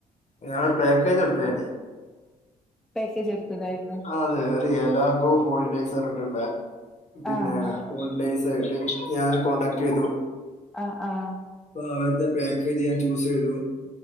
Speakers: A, on the left; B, in the centre.
A: ഞാനൊര് പാക്കേജ ഇട്ത്തേന്
B: പക്കേജ് എടുത്തതായിരുന്നൊ
A: ആ, അതെ എലാഗോ ഹോളിഡേസ് അർഞ്ഞ്ട്ട്ള്ള പിന്നെ
B: ആഹ്
A: ഹോളി ഡേസ് ആയിട്ട് ഞാൻ കോണ്ടാക്ട് ചെയ്തു
B: ആഹ് ആഹ്
A: അപ്പൊ അവര്ടെ പാക്കേജ് ഞാൻ ചൂസെയ്തു